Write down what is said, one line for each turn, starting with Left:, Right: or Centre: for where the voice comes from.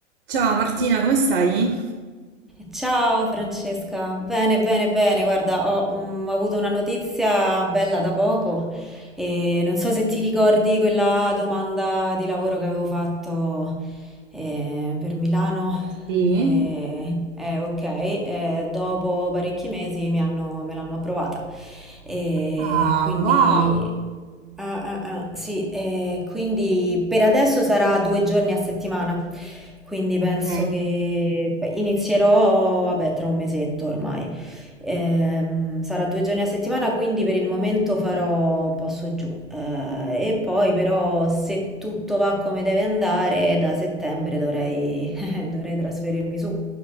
Right: Ciao Martina, come stai?
Centre: Ciao Francesca, bene, bene, bene. Guarda, ho, mm, ho avuto una notizia bella da poco e non so se ti ricordi quella domanda di lavoro che avevo fatto eh, per Milano.
Right: Sì.
Centre: E, e ok, e dopo parecchi mesi mi hanno- me l'hanno approvata. E
Right: Ah,
Centre: quindi,
Right: wow.
Centre: ah, ah, ah, sì, e quindi per adesso sarà due giorni a settimana. Quindi
Right: Ok.
Centre: penso che beh, inizierò, vabbè, tra un mesetto ormai. Ehm, sarà due giorni a settimana, quindi per il momento farò un po' su e giù. Eh, e poi però se tutto va come deve andare, da settembre dovrei eh, dovrei trasferirmi su.